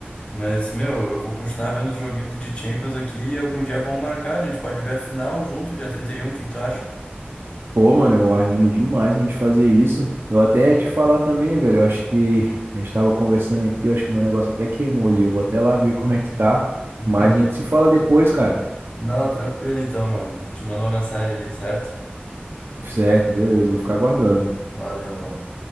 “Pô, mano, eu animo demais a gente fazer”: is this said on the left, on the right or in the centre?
Right